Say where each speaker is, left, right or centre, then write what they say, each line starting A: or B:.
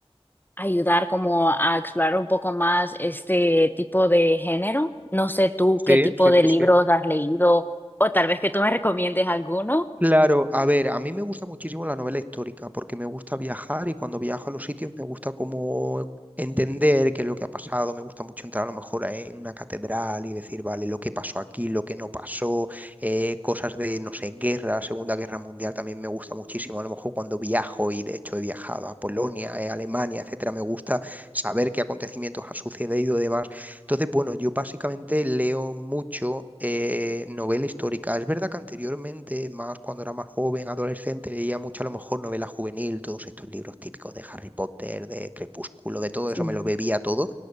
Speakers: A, on the left; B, on the right.
A: ayudar como a explorar un poco más este tipo de género. No sé tú
B: sí,
A: qué tipo
B: sí,
A: de
B: sí,
A: libros
B: sí.
A: has leído o tal vez que tú me recomiendes alguno.
B: Claro, a ver, a mí me gusta muchísimo la novela histórica porque me gusta viajar y cuando viajo a los sitios me gusta como entender qué es lo que ha pasado, me gusta mucho entrar a lo mejor en una catedral y decir, vale, lo que pasó aquí, lo que no pasó, eh, cosas de, no sé, guerra, Segunda Guerra Mundial también me gusta muchísimo, a lo mejor cuando viajo y de hecho he viajado a Polonia, eh, Alemania, etcétera, me gusta saber qué acontecimientos han sucedido y demás entonces, bueno, yo básicamente leo mucho eh, novela histórica. Es verdad que anteriormente, más cuando era más joven, adolescente, leía mucho a lo mejor novela juvenil, todos estos libros típicos de Harry Potter, de Crepúsculo, de todo
A: Sí.
B: eso, me lo bebía todo.